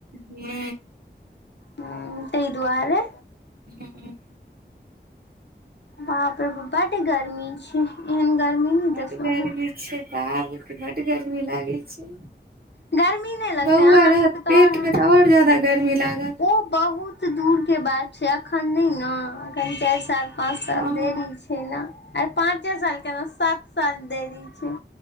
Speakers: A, on the right (about 55°); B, on the left (about 75°).
A: हू
B: हूं तहि दुआरे
A: हूँ
B: बाप रे बा बड गर्मी छै एहन गर्मी नहि
A: बड
B: देखलहुँ
A: गरमी
B: हेँ
A: छै बाप बड्ड गरमी लागै छै
B: गर्मी नहि लगते
A: बौआ
B: अहाँ
A: रहत
B: सबके तो आऔर
A: पेट मे तऽ आओर ज्यादा गर्मी लागत
B: ओ बहुत त दूर के बात छै एखन नहि ने एखन चारि साल पाँच साल
A: हँ
B: देरी छै ने आ पाँचे साल केना सात साल देरी छै